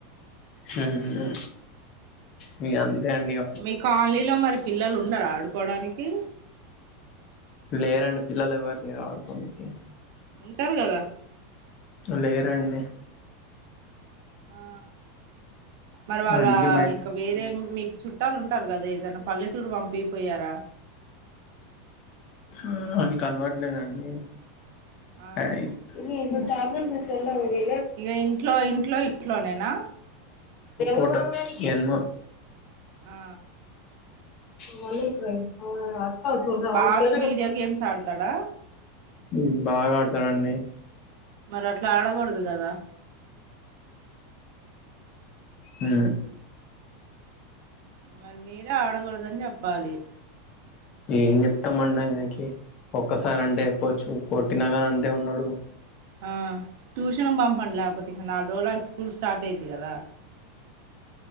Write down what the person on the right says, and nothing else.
మీ కాలనీలో మరి పిల్లలు ఉండరాడు పోడానికి
ఉంటారు కదా
ఆ మరి వాళ్ళ
ఇంకా వేరే మీకు చుట్టాలు ఉంటారు కదా ఏదైనా పల్లెటూరు పంపి పోయారా
ఆ
ఇక ఇంట్లో ఇంట్లో ఇంట్లోనే నా
ఆ
బాగా వీడియో గేమ్స్ ఆడతాడా
మరి అట్లా ఆడకూడదు కదా
మరి మీరే ఆడకూడదని చెప్పాలి
ఆ
ఆ ట్యూషన్ పంపండి లేతేపో ఇంకా నాలుగు రోజులకి స్కూల్ స్టార్ట్ అయిది కదా